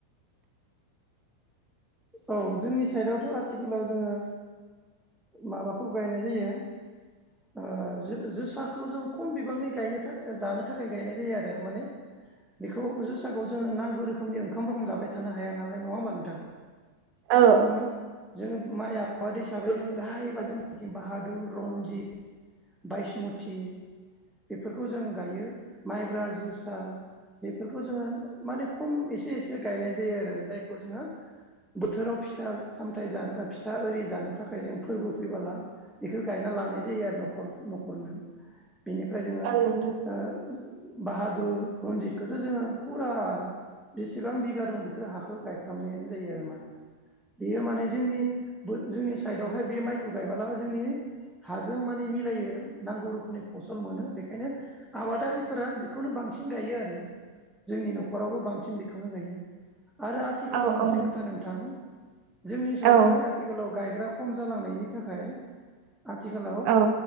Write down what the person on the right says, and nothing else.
औ
औ नोंथां
औ
औ
औ
औ